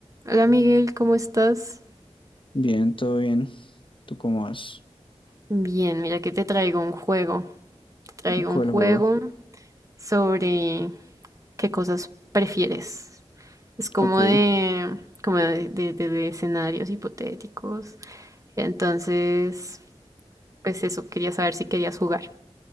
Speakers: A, on the right; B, on the left.
A: Hola Miguel, ¿cómo estás?
B: Bien, todo bien. ¿Tú cómo vas?
A: Bien, mira que te traigo un juego. Te traigo
B: ¿Cuál
A: un juego
B: juego?
A: sobre qué cosas prefieres. Es como
B: Ok,
A: de, como de, de- de- de escenarios hipotéticos. Entonces, pues eso, quería saber si querías jugar.